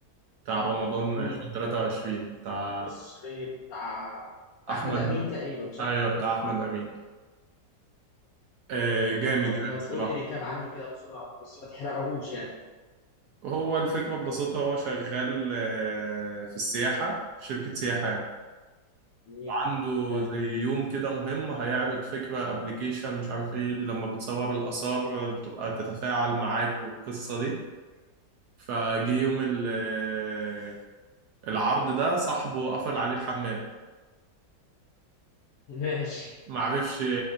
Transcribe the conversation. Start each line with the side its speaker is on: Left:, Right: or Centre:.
Right: بتاع رمضان
Left: مم.
Right: 2023 بتاع
Left: مصري بتاع بتاع
Right: احمد
Left: أحمد أمين تقريبا صح؟
Right: ايوه بتاع احمد امين آه جامد
Left: طب
Right: يعني
Left: ما
Right: الصراحه
Left: تقول لي ريكاب عنه كده بسرعة بس ما تحرقهوش يعني
Right: هو الفكره
Left: <laughs>
Right: ببساطه هو شغال آه في السياحه في شركه سياحه يعني.
Left: إيه؟
Right: عنده
Left: حلو
Right: زي يوم كده مهم هيعرض فكرة ابلكيشن مش عارف ايه لما بتصور الآثار بتبقى تتفاعل معاك والقصة دي فجه يوم ال- العرض ده صاحبه قفل عليه الحمام
Left: ماشي
Right: ما عرفش